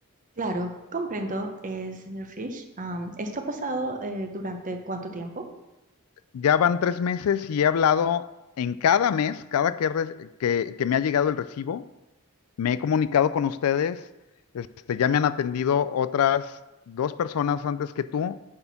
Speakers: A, on the right; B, on the left.
A: Claro, comprendo, eh, señor Fish. Am, ¿esto ha pasado eh, durante cuánto tiempo?
B: Ya van tres meses y he hablado en cada mes, cada que, re- que, que me ha llegado el recibo, Me he comunicado con ustedes, este, ya me han atendido otras dos personas antes que tú,